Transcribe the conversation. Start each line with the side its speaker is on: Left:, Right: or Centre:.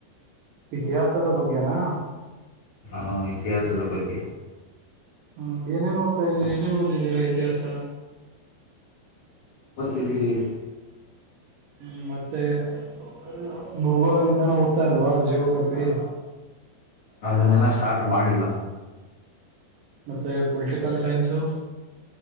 Right: ಇತಿಹಾಸದ ಬಗ್ಗೆನಾ.
Left: ಹಾ ಇತಿಹಾಸದ ಬಗ್ಗೆ
Right: ಹ್ಮ್ ಏನ್ ಏನ್ ಓದ್ತಾ ಏನ್ ಏನ್ ಒದ ಇಗ ಇರೋ ಇತಿಹಾಸ.
Left: ಇಲ್ಲಿಗ್
Right: ಹ್ಮ್ ಮತ್ತೆ <unintelligible> ಭೂಗೋಳ ವಿಜ್ಞಾನ ಓದ್ತಾ ಇಲ್ವಾ ಜಿಯೋಗ್ರಫಿ
Left: ಅದನ್ನೆಲ್ಲ ಸ್ಟಾರ್ಟ್ ಮಾಡಿಲ್ಲ.
Right: ಮತ್ತೆ ಪೊಲಿಟಿಕಲ್ ಸೈನ್ಸು.